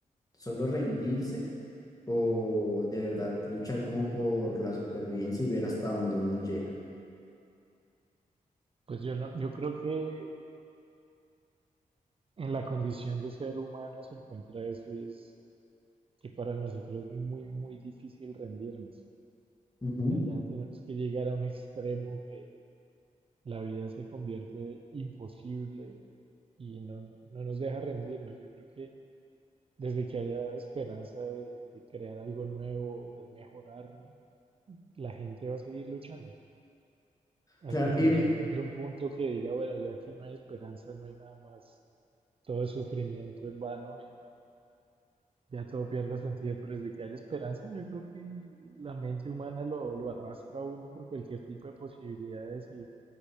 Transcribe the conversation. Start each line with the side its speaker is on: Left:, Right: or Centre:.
Left: solo rendirse o de verdad luchar como por la supervivencia y ver hasta dónde uno llega?
Right: Pues yo no, yo creo que en la condición de ser humano se encuentra eso y es que para nosotros es muy, muy difícil rendirnos.
Left: Ujú.
Right: O sea, ya tenemos que llegar a un extremo que la vida se convierte imposible y no, no nos deja rendirnos. Yo creo que desde que haya esperanza de, de crear algo nuevo, de mejorar, la gente va a seguir luchando hasta
Left: Claro,
Right: que
Left: y
Right: ya encuentre un punto que diga, bueno, ya aquí no hay esperanza, no hay nada más, todo es sufrimiento en vano y Ya todo pierde sentido, pero desde que haya esperanza, yo creo que la mente humana lo, lo arrastra a uno por cualquier tipo de posibilidades y